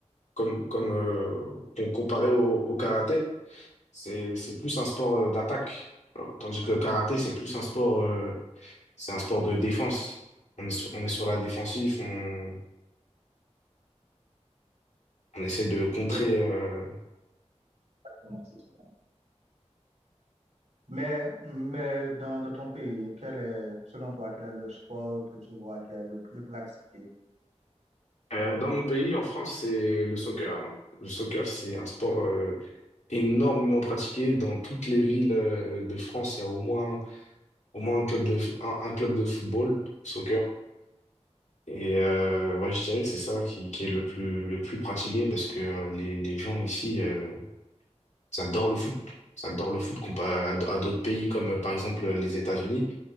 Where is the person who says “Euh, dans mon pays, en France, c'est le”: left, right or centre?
Left